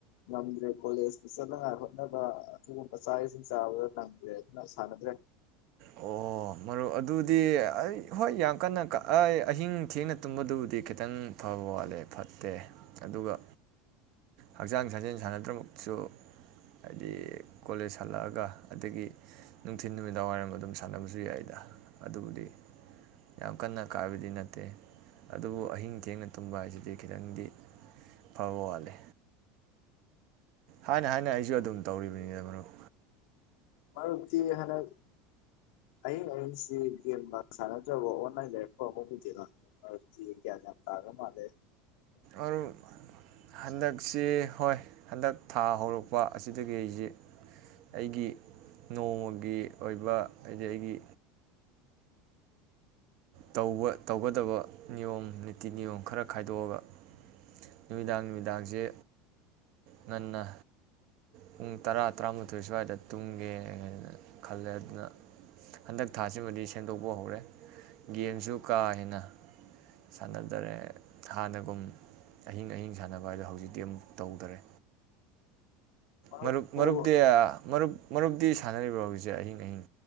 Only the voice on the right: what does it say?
ꯑꯣ ꯃꯔꯨꯞ ꯑꯗꯨꯗꯤ ꯑꯩ ꯍꯣꯏ ꯌꯥꯝ ꯀꯟꯅ ꯀ ꯑꯩ ꯑꯍꯤꯡ ꯊꯦꯡꯅ ꯇꯨꯝꯕꯗꯨꯕꯨꯗꯤ ꯈꯤꯇꯪ ꯐꯕ ꯋꯥꯠꯂꯦ ꯐꯠꯇꯦ ꯑꯗꯨꯒ ꯍꯛꯆꯥꯡ ꯁꯥꯖꯦꯟ ꯁꯥꯟꯅꯗ꯭ꯔꯃꯛꯁꯨ ꯍꯥꯏꯗꯤ ꯀꯣꯂꯦꯁ ꯍꯜꯂꯛꯑꯒ ꯑꯗꯒꯤ ꯅꯨꯡꯊꯤꯟ ꯅꯨꯃꯤꯗꯥꯡ ꯋꯥꯏꯔꯝ ꯑꯗꯨꯝ ꯁꯥꯟꯅꯕꯁꯨ ꯌꯥꯏꯗ ꯑꯗꯨꯕꯨꯗꯤ ꯌꯥꯝ ꯀꯟꯅ ꯀꯥꯏꯕꯗꯤ ꯅꯠꯇꯦ ꯑꯗꯨꯕꯨ ꯑꯍꯤꯡ ꯊꯦꯡꯅ ꯇꯨꯝꯕ ꯍꯥꯏꯁꯤꯗꯤ ꯈꯤꯗꯪꯗꯤ ꯐꯕ ꯋꯥꯠꯂꯦ ꯍꯥꯏꯅ ꯍꯥꯏꯅ ꯑꯩꯁꯨ ꯑꯗꯨꯝ ꯇꯧꯔꯤꯕꯅꯤꯗ ꯃꯔꯞ
ꯑꯩ ꯍꯟꯗꯛꯁꯤ ꯍꯣꯏ ꯍꯟꯗꯛ ꯊꯥ ꯍꯧꯔꯛꯄ ꯑꯁꯤꯗꯒꯤ ꯑꯩꯁꯦ ꯑꯩꯒꯤ ꯅꯣꯡꯃꯒꯤ ꯑꯣꯏꯕ ꯍꯥꯏꯗꯤ ꯑꯩꯒꯤ ꯇꯧꯕ ꯇꯧꯒꯗꯕ ꯅꯤꯌꯣꯝ ꯅꯤꯇꯤ ꯅꯤꯌꯣꯝ ꯈꯔ ꯈꯥꯏꯗꯣꯛꯑꯒ ꯅꯨꯃꯤꯗꯥꯡ ꯅꯨꯃꯤꯗꯥꯡꯁꯦ ꯉꯟꯅ ꯄꯨꯡ ꯇꯔꯥ ꯇꯔꯥꯃꯥꯊꯣꯏ ꯁ꯭ꯋꯥꯏꯗ ꯇꯨꯝꯒꯦꯅ ꯈꯜꯂꯦ ꯑꯗꯨꯅ ꯍꯟꯗꯛ ꯊꯥꯁꯤꯃꯗꯤ ꯁꯦꯝꯗꯣꯛꯄ ꯍꯧꯔꯦ ꯒꯦꯝꯁꯨ ꯀꯥ ꯍꯦꯟꯅ ꯁꯥꯟꯅꯗꯔꯦ ꯍꯥꯟꯅꯒꯨꯝ ꯑꯍꯤꯡ ꯑꯍꯤꯡ ꯁꯥꯟꯅꯕ ꯍꯥꯏꯗꯣ ꯍꯧꯖꯤꯛꯇꯤ ꯑꯃꯨꯛ ꯇꯧꯗꯔꯦ
ꯃꯔꯨꯞ ꯃꯔꯨꯞꯇꯤ ꯃꯔꯨꯞ ꯃꯔꯨꯞꯇꯤ ꯁꯥꯟꯅꯔꯤꯕꯣ ꯍꯧꯖꯤꯛꯁꯦ ꯑꯍꯤꯡ ꯑꯍꯤꯡ